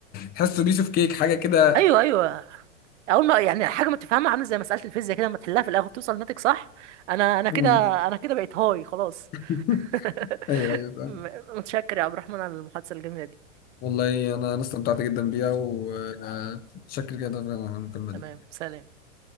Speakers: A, on the left; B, on the right.
A: تحسه بيس اوف كيك حاجه كده
B: ايوه ايوه اول ما يعني حاجه ما تفهمها عامله زي مساله الفيزياء كده لما تحلها في الاخر توصل ناتج صح انا انا
A: مم.
B: كده انا كده بقيت هاي خلاص
A: <laughs>
B: <laughs>
A: ايوه ايوه فاهم
B: م- متشكر يا عبد الرحمن على المحادثه الجميله دي
A: والله انا انا استمتعت جدا بيها وشكرا جدا على المكالمه
B: تمام
A: دي
B: سلام